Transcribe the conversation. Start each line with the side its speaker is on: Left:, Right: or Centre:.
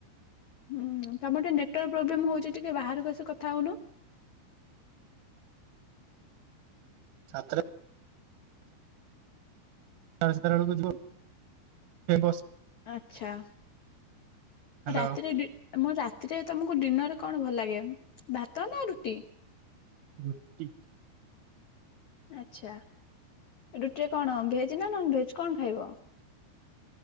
Left: ହୁଁ ତମର ଟିକେ ନେଟୱାର୍କ ପ୍ରୋବ୍ଲେମ ହଉଛି ଟିକେ ବାହାରକୁ ଆସି କଥା ହଉନ।
Right: ଛାତ୍ର ଚ ସେତାରା ବେଳକୁ ଯିବ ବସ
Left: ଆଛା
Right: ହ୍ୟାଲୋ
Left: ରାତିରେ ଡି ମୁଁ ରାତିରେ ତମକୁ ଡିନରରେ କଣ ଭଲ ଲାଗେ ଭାତ ନା ରୁଟି?
Right: ରୁଟି।
Left: ଆଛା ରୁଟିରେ କଣ ଭେଜ ନା ନନ୍ ଭେଜ୍ କଣ ଖାଇବ?